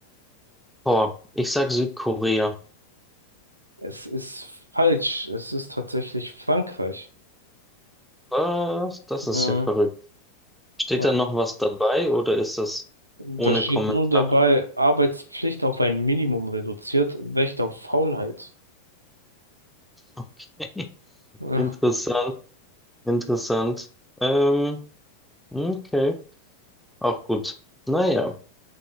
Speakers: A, in the centre; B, on the right.
A: boah, ich sag Südkorea.
B: Es ist falsch. Es ist tatsächlich Frankreich.
A: Was? Das ist
B: Mhm.
A: ja verrückt. Steht
B: Ja.
A: da noch was dabei oder ist das
B: Da
A: ohne
B: steht
A: Kommentare?
B: nun dabei, Arbeitspflicht auf ein Minimum reduziert, Recht auf Faulheit.
A: Okay, <laughs>
B: Ja.
A: interessant, interessant. Ähm, okay, auch gut. Naja.